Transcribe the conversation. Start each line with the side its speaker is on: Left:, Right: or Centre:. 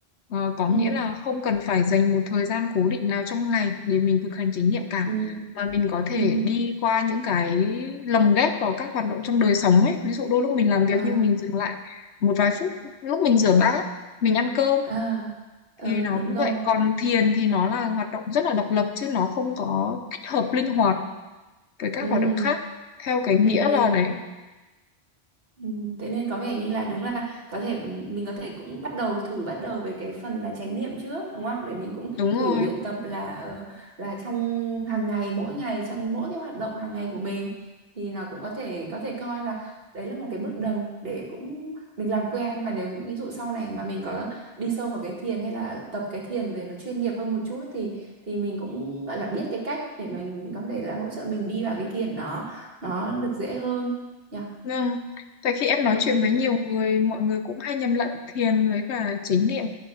Left: Ờ, có
Right: Ừ.
Left: nghĩa là không cần phải dành một thời gian cố định nào trong ngày để mình thực hành chánh niệm cả
Right: Ừ.
Left: mà mình có thể
Right: Ừ.
Left: đi qua những cái lồng ghép vào các hoạt động trong đời sống ấy. Ví dụ đôi lúc mình làm việc
Right: Ờ.
Left: nhưng mình dừng lại một vài phút, lúc mình rửa bát, mình ăn cơm
Right: Ờ. Ờ,
Left: thì nó
Right: đúng
Left: cũng
Right: rồi.
Left: vậy. Còn thiền thì nó là hoạt động rất là độc lập chứ nó không có tích hợp linh hoạt với các
Right: Ừ.
Left: hoạt động khác theo cái nghĩa
Right: Ừ, thế
Left: là đấy.
Right: Ừ, thế nên có vẻ như là đúng là có thể mình có thể cũng bắt đầu thử bắt đầu với cái phần là chánh niệm trước đúng không để mình cũng
Left: Đúng
Right: thử
Left: rồi.
Right: luyện tập là ờ, là trong hàng ngày mỗi ngày trong mỗi cái hoạt động hàng ngày của mình thì nó cũng có thể có thể coi là đấy là một cái bước đầu để cũng mình làm quen và nếu ví dụ sau này mà mình có đi sâu vào cái thiền hay là tập cái thiền về nó chuyên nghiệp hơn một chút thì thì mình cũng gọi là biết cái cách để mình có thể là hỗ trợ mình đi vào cái thiền nó nó được dễ hơn nhỉ
Left: Vâng, tại khi em nói
Right: Ừ.
Left: chuyện với nhiều người, mọi người cũng hay nhầm lẫn thiền với cả chánh niệm.